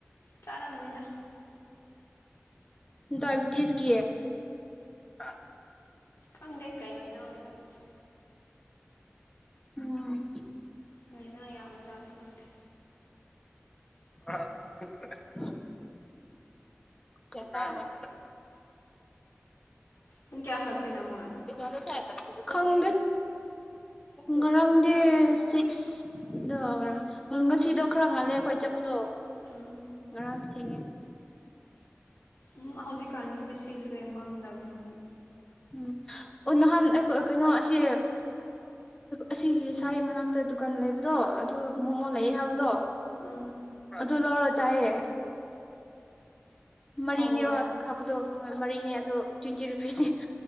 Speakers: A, on the left (about 80°); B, on the left (about 15°).
A: ꯆꯔꯝꯅꯤꯗ
B: ꯗꯥꯏꯕꯤꯇꯤꯁ ꯀ
A: ꯈꯪꯗꯦ ꯀꯩ ꯂꯩꯅ ꯑꯣꯏꯒꯅꯤ
B: ꯎꯝ
A: ꯑꯅ ꯌꯥ ꯃꯖꯥꯗ ꯐꯗꯤ
B: ꯑꯦ ꯁꯤꯇ
A: ꯄꯨꯡ ꯀꯌꯥ ꯍꯜꯂꯛꯇꯣꯏꯅꯣ ꯃꯣꯏ
B: ꯇꯒꯦꯁꯗ ꯁꯥꯏ ꯈꯪꯗꯦ ꯉꯔꯥꯡꯗꯦ ꯁꯤꯛꯁꯗꯣ ꯉꯁꯤꯗꯣ ꯈꯔ ꯉꯜꯂꯦ ꯑꯩꯈꯣꯏ ꯆꯠꯄꯗꯣ
A: ꯎꯝ
B: ꯔ ꯊ
A: ꯎ ꯍꯧꯖꯤ ꯀꯥꯟꯖꯤꯗꯁꯤ ꯁꯦ ꯃꯝꯗꯕꯅꯤꯅ ꯑꯃꯨꯛ
B: ꯎꯝ ꯑꯣ ꯅꯍꯥꯟ ꯀꯩꯅꯣ ꯑꯁꯤ ꯑꯁꯤꯒꯤ ꯁꯥꯏ ꯃꯅꯥꯛꯇ ꯗꯨꯀꯥꯟ ꯂꯩꯕꯗꯣ ꯑꯗꯨ ꯃꯣꯃꯣ ꯂꯩꯑꯦ ꯍꯥꯏꯕꯗꯣ
A: ꯎꯝ
B: ꯑꯗꯨ ꯂꯧ ꯆꯌꯦ ꯃꯔꯤꯅꯦ
A: ꯍꯥꯎꯕ꯭ꯔꯣ
B: ꯍꯥꯏꯕꯗꯣ ꯃꯔꯤꯅꯦ ꯑꯗꯣ ꯇ꯭ꯋꯦꯟꯇꯤ ꯔꯨꯄꯤꯁꯦ